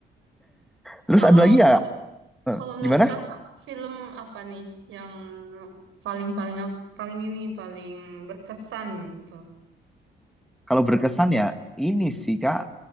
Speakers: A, in the centre; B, on the right.
A: Terus
B: Kalau
A: ada lagi
B: menurut
A: ya?
B: kalau menurut
A: Gimana?
B: Kakak film apa nih yang paling paling ap- paling ini paling berkesan gitu?
A: Kalau berkesan ya ini sih Kak,